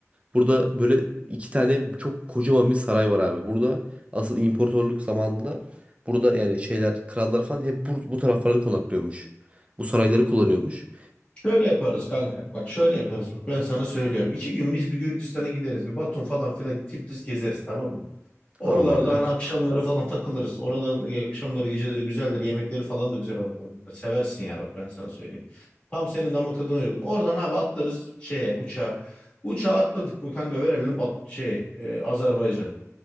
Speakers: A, on the right; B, on the left.
A: Burada böyle iki tane çok kocaman bir saray var abi. Burada asıl imparatorluk zamanında burada yani şeyler krallar falan hep bu, bu taraflarda konaklıyormuş. Bu sarayları kullanıyormuş.
B: Şöyle yaparız kanka. Bak şöyle yaparız. Bak ben sana söylüyorum. İki gün biz bir Gürcistan'a gideriz. Bir Batum falan filan Tiflis gezeriz tamam mı? Oralarda
A: Tamam abi.
B: hani akşamları falan takılırız. Oraların ya akşamları geceleri güzeldir. Yemekleri falan da güzel oraların. Seversin yani bak ben sana söyleyeyim. Tam senin damak tadına uygun. Oradan abi atlarız şeye uçağa. Uçağa atladık mı kanka verelim bat şey e, Azerbaycan.